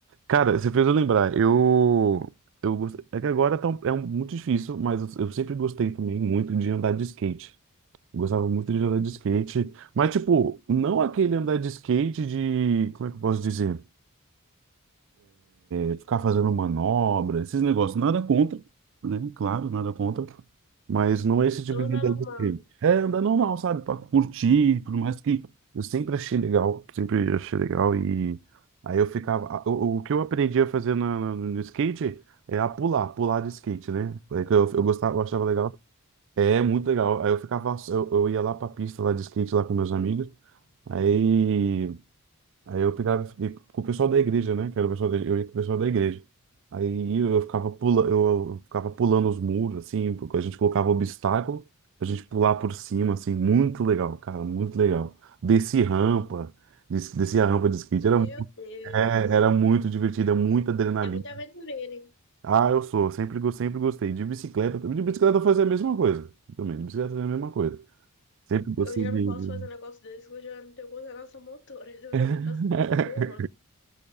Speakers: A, on the right (about 55°); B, on the left (about 55°).
A: Cara, você fez eu lembrar. Eu, eu gost- é que agora tá um- é um- muito difícil, mas eu, eu sempre gostei também muito de andar de skate. Eu gostava muito de andar de skate, mas tipo, não aquele andar de skate de, como é que eu posso dizer? é, ficar fazendo manobra, esses negócios, nada contra, né? Claro, nada contra, mas não é esse tipo
B: Tudo
A: de
B: na
A: andar
B: normal,
A: que eu- gosto.
B: né?
A: é andar normal, sabe? Para curtir, por mais que eu sempre achei legal, sempre achei legal e aí eu ficava, o, o que eu aprendi a fazer na- na- no, skate é a pular, pular de skate, né? É que eu, eu gostava, eu achava legal. É muito legal. Aí eu ficava, eu, eu ia lá pra pista lá de skate lá com meus amigos. Aí Aí eu pegava e ia com o pessoal da igreja, né? Que era o pessoal da, eu ia com o pessoal da igreja. Aí eu ficava pula eu ficava pulando os muros, assim, porque a gente colocava obstáculo a gente pular por cima, assim, muito legal, cara, muito legal. Desci rampa, des- desci a rampa de skate,
B: Meu
A: era, mu-
B: Deus.
A: é, era muito divertido, é muita adrenalina.
B: É muito aventureiro, hein?
A: Ah, eu sou, sempre, go- sempre gostei. De bicicleta, de bicicleta eu fazia a mesma coisa também, de bicicleta eu fazia a mesma coisa. Sempre gostei
B: Eu já
A: de.
B: não posso fazer um negócio desse, que eu já não tenho coordenação motora. <laughs> Se eu
A: <laughs>
B: fizer um negócio desse, eu vou longe,